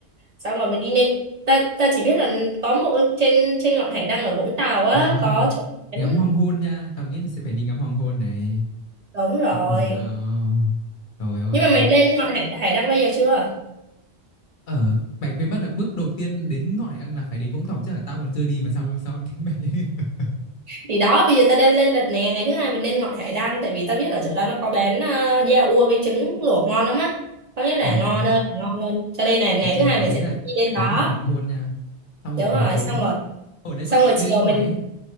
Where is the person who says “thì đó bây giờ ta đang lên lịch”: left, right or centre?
Right